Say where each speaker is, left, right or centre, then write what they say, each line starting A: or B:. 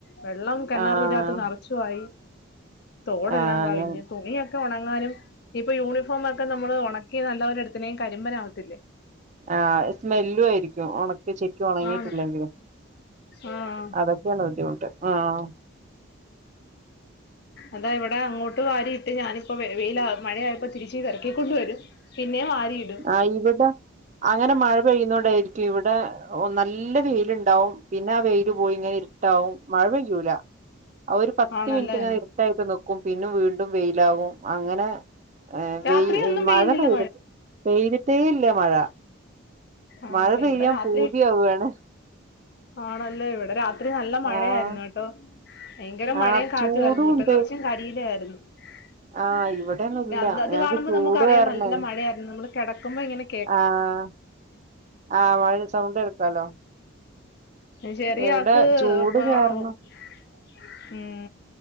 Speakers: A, on the left; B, on the right.
A: വെള്ളം കിണറിനകത്ത്
B: ആഹ്
A: നറച്ചു ആയി തോടെല്ലാം
B: ആഹ്
A: ക തുണിയൊക്കെ ഒണങ്ങാനും ഇപ്പൊ യൂണിഫോമൊക്കെ നമ്മള് ഒണക്കി നല്ലപോലെടുത്തിനേൽ കരിമ്പന ആവത്തില്ലേ
B: ആഹ് സ്മെല്ലു ആയിരിക്കും ഒണക്കി ശെരിക്ക് ഒണങ്ങിട്ടില്ലെങ്കില്
A: ആണ് ആഹ്
B: അതൊക്കെണ് ബുദ്ധിമുട്ട് ആഹ്
A: അതാ ഇവിടെ അങ്ങോ, ട്ട് വാരിയിട്ട് ഞാനിപ്പോ വെയില മഴയായപ്പോ തിരിച്ച് ഇറക്കിക്കൊണ്ട് വരും പിന്നെ വാരിയിട്ട്
B: ആഹ് ഇവിടെ അങ്ങനെ മഴ പെയ്യുന്നോണ്ടായിരിക്കും ഇവിടെ ഓഹ് നല്ല വെയിലുണ്ടാവും പിന്നെ ആ വെയി ല് പോയിങ്ങനെ ഇര്ട്ടാവും മഴ പെയ്യൂല അഹ് ഒരു പത്ത്
A: ആണല്ലേ
B: മിനിറ്റിങ്ങെനെ ഇര്ട്ടായിട്ട് നിക്കും പിന്നെ വീണ്ടും വെയിലാവും അങ്ങനെ
A: രാത്രിയൊന്നും
B: വെയ്
A: പെയ്യുന്നില്ല
B: മഴ പെയ്തി പെയ്തിട്ടേ ഇല്ല മഴ
A: ആണല്ലേ
B: മഴ പെയ്യാൻ
A: ഇവിടെ രാത്രി
B: പൂതിയാവാണ്
A: ആണല്ലേ ഇവിടെ രാത് ത്രി നല്ല മഴയായിരുന്നു
B: ആഹ്
A: കേട്ടോ ഭയങ്കര മഴയും
B: ആഹ്
A: കാറ്റുമായിരുന്നു
B: ചൂടും
A: മുറ്റം
B: ഉണ്ട്
A: നെറച്ചു കരിയില ആയിരുന്നു <unintelligible>
B: ആഹ് ഇവിടെന്നും ഇല്ല
A: അത്
B: ഞങ്ങക്ക്
A: കാണുമ്പോ
B: ചൂട്
A: നമുക്കറിയാം
B: കാരണേ
A: നല്ല മഴയായിരുന്നു നമ്മള് കിടക്കുമ്പോ എങ്ങനെ
B: ആഹ് ആഹ് മഴന്റെ സൗണ്ട് കേൾക്കാലോ
A: എഹ് ചെറിയ
B: ഇവിടെ
A: ആൾക് <unintelligible>
B: ചൂട് കാരണം
A: ഉം